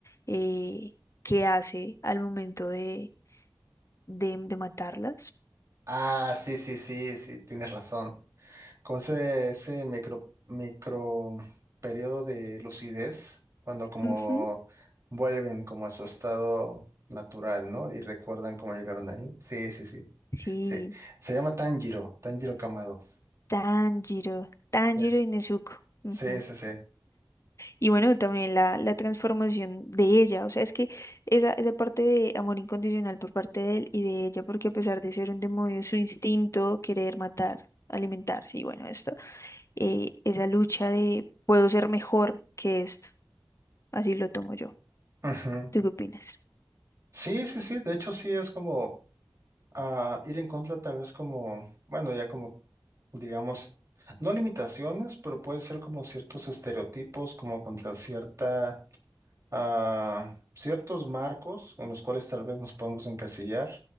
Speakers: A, on the left; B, on the right.
A: eh, que hace al momento de, de, de matarlas.
B: Ah, sí, sí, sí, sí, tienes razón. con ese, ese micro, micro periodo de lucidez, cuando como
A: Ujú,
B: vuelven como a su estado natural, ¿no? Y recuerdan cómo llegaron ahí. Sí, sí, sí.
A: Sí,
B: Sí. Se llama Tanjiro, Tanjiro Kamado.
A: Tanjiro, Tanjiro
B: Sí,
A: y Nezuko. ujú.
B: sí, sí. Sí,
A: Y bueno, también la, la transformación de ella, o sea, es que esa, esa parte de amor incondicional por parte de él y de ella, porque a pesar de ser un demonio, su instinto, querer matar, alimentarse, y bueno, es eh, esa lucha de puedo ser mejor que esto. Así lo tomo yo.
B: Ujú.
A: ¿Tú qué opinas?
B: sí, sí. sí, De hecho, sí es como ah, ir en contra, tal vez como, bueno, ya como, digamos, no limitaciones, pero puede ser como ciertos estereotipos, como contra cierta a ciertos marcos en los cuales tal vez nos podemos encasillar